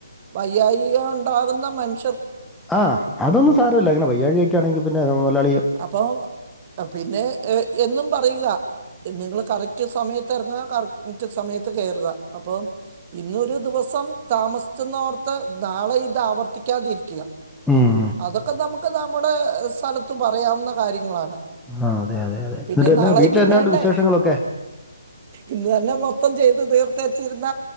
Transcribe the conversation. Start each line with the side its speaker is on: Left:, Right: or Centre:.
Right: വൈയായിക ഉണ്ടാകുന്ന മന്
Centre: ആ അതൊന്നും സാരമില്ല ഇങ്ങനെ വയ്യാഴ്ക ഒക്കെ ആണെങ്കിൽ പിന്നെ അതുപോലെ
Right: അപ്പൊ പിന്നെ ഏ എന്നും പറയുക നിങ്ങൾ കറക്റ്റ് സമയത്ത് ഇറങ്ങുക കറക്റ്റ് സമയത്ത് കയറുക അപ്പം ഇന്നൊരു ദിവസം താമസിച്ചുന്ന് ഓർത്ത് നാളെ ഇത് ആവർത്തിക്കാതിരിക്കുക
Centre: ഉം
Right: അതൊക്കെ നമുക് ക്ക് നമ്മുടെ സ്ഥലത് പറയാവുന്ന കാര്യങ്ങളാണ്
Centre: ആ അതെ അതെ അതെ
Right: പിന്നെ
Centre: എന്നിട്ട് എന്നാ
Right: നാളേക്കും
Centre: വീട്ടിൽ എന്നാണ്ട്
Right: വേണ്ടേ
Centre: വിശേഷങ്ങളൊക്കെ
Right: ഇന്ന് തന്നെ മൊത്തം ചെയ്ത് തീർത്തെച്ചിരുന്ന